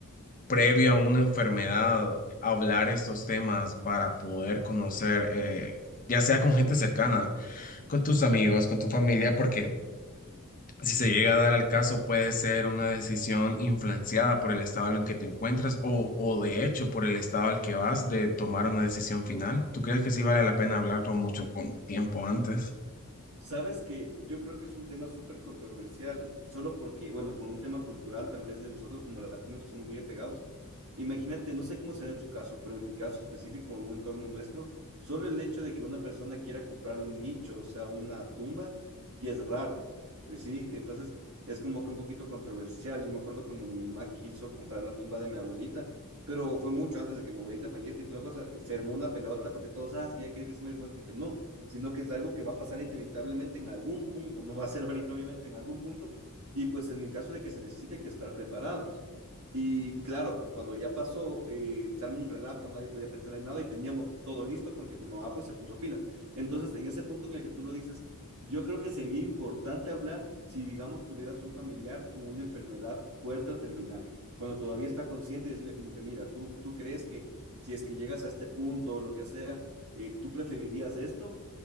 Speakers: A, on the left (about 40°); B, on the right (about 75°).
A: previo a una enfermedad eh, hablar estos temas para poder conocer, eh, ya sea con gente cercana, con tus amigos, con tu familia, porque Si se llega a dar al caso, puede ser una decisión influenciada por el estado en que te encuentras o, o de hecho por el estado al que vas de tomar una decisión final. ¿Tú crees que sí vale la pena hablarlo mucho con tiempo antes?
B: Sabes que yo creo que es un tema súper controversial, solo porque, bueno, por un tema cultural, tal vez de nosotros como latinos que somos muy apegados. Imagínate, no sé cómo será en su caso, pero en mi caso específico, en un entorno nuestro, solo el hecho de que una persona quiera comprar un nicho, o sea, una tumba, ya es raro, ¿sí? Entonces, es como que un poquito controversial. Yo me acuerdo cuando mi mamá quiso comprar la tumba de mi abuelita, pero fue mucho antes de que mi abuelita fallezca y toda la cosa, se armó una pelota porque todos, ah, es que ya quiere que se muera, y más como que no sino que es algo que va a pasar inevitablemente en algún punto, no va a ser ahorita obviamente en algún punto, y pues en el caso de que se necesite hay que estar preparados. Y claro, pues cuando ya pasó, eh, se armó un relajo, nadie podía pensar en nada y teníamos todo listo porque mi mamá pues se puso pilas. Entonces, en ese punto en el que tú lo dices, yo creo que sería importante hablar si, digamos, tuvieras un familiar con una enfermedad fuerte o terminal, cuando todavía está consciente y decirle como que, mira, tú, tú crees que si es que llegas a este punto o lo que sea, eh, ¿tú preferirías esto?